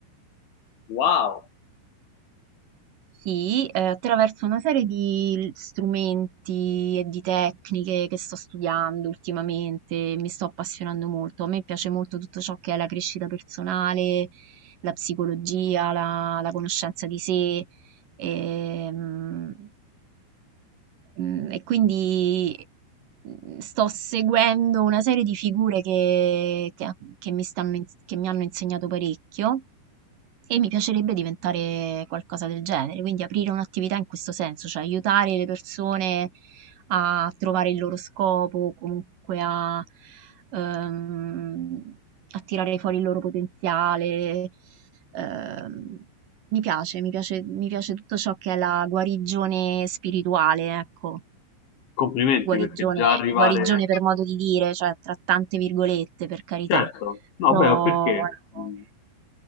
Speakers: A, on the left; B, on the right.
A: Wow!
B: Sì, eh, attraverso una serie di strumenti e di tecniche che sto studiando ultimamente, mi sto appassionando molto. A me piace molto tutto ciò che è la crescita personale, la psicologia, la, la conoscenza di sé. ehm, Mm, E, quindi mm, sto seguendo una serie di figure che, che- che mi stanno in- che mi hanno insegnato parecchio e mi piacerebbe diventare qualcosa del genere, quindi aprire un'attività in questo senso, cioè aiutare le persone a trovare il loro scopo, comunque a, ehm, a tirare fuori il loro potenziale. Ehm, mi piace, mi piace, mi piace tutto ciò che è la guarigione spirituale, ecco,
A: Complimenti
B: guarigione,
A: perché già arrivare...
B: guarigione per modo di dire, cioè tra tante virgolette, per carità,
A: Certo, no,
B: però
A: beh, perché
B: ecco,
A: mh,